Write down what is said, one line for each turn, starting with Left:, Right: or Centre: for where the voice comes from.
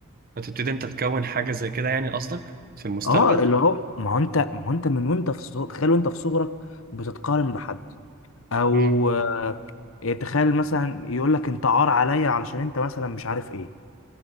Right: فتبتدي انت تكون حاجه زي كده يعني قصدك في المستقبل
Left: اه اللي هو ما هو انت ما هو انت من وانت في صغ- تخيل وانت في صغرك بتتقارن بحد او
Right: امم
Left: آه، تخيل مثلا يقول لك انت عار عليا علشان انت مثلا مش عارف ايه